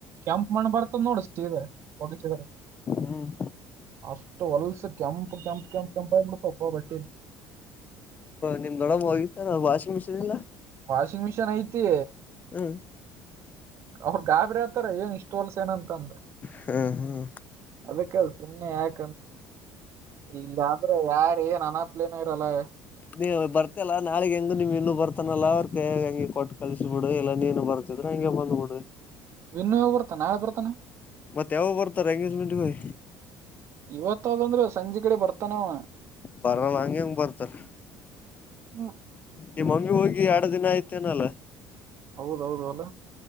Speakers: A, on the right; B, on the left.
A: ಕೆಂಪ್ ಮಣ ಬರ್ತದ ನೋಡ ಸೀದಾ ಒಗಸಿದ್ರ
B: ಹ್ಮ್
A: ಅಷ್ಟು ಹೊಲ್ಸ ಕೆಂಪ್ ಕೆಂಪ್ ಕೆಂಪ್ ಕೆಂಪ ಆಬಿಡ್ತಪ್ಪ ಬಟ್ಟೀ
B: ನಿಮ್ಮ ದೊಡ್ಡಮ್ಮ ಒಗಿತದ ವಾಷಿಂಗ್ ಮಿಷಿನ್ ಇಲ್ಲ
A: ವಾಷಿಂಗ್ ಮಿಷಿನ್ ಐತಿ
B: ಹ್ಮ್
A: ಅವ್ರ ಗಾಬರಿ ಹತಾರ ಏನ್ ಇಷ್ಟು ಹೋಲ್ಸ ಏನಂತಂದ
B: ಹ್ಮ ಹ್ಮ್
A: ಅದಕ್ಕಲ್ ಸುಮ್ಮ್ನೆ ಯಾಕಂತ ಇಲ್ಲಾದ್ರೆ ಯಾರ ಏನ್ ಅನ ಲೆ ನರಲ್ಲ
B: ನೀ ಬರ್ತಲ್ಲಾ ನಾಳಗ್ ಹೆಂಗು ನಿಮ್ ಇನ್ನು ಬರ್ತಾನಲ್ಲ ಅವ್ರ ಕ ಹೆಗೆ ಕೊಟ್ಟು ಕಲ್ಸಬಿಡು ಇಲ್ಲ ನೀನು ಬರ್ತಿದ್ರ ಹಂಗೆ ಬಂದ್ಬಿಡು
A: ವನ್ಯೋಗ ಬರ್ತೆ ನಾಳೆ ಬರ್ತಾನ
B: ಮತ್ತ ಯಾವ ಬರ್ತಾರ ಎಂಗೇಜ್ಮೆಂಟ್ಗೆ
A: ಇವತ್ತಾವಂದ್ರೆ ಸಂಜೆ ಕಡೆ ಬರ್ತಾನಾವ
B: ಬರಲ್ಲ ಹಂಗೆ ಹೆಂಗಗೆ ಬರ್ತಾರ
A: ಹ್ಮ್
B: ನಿಮ್ಮ ಮಮ್ಮಿ ಹೋಗಿ ಎರಡ ದಿನ ಆಯ್ತೇನಲ್ಲ
A: ಹೌದೌದು ಅಲ